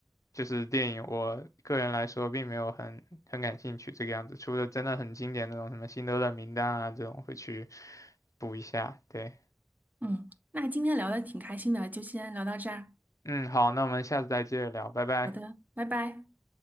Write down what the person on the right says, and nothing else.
嗯，那今天聊的挺开心的，就先聊到这儿。
好的，拜拜。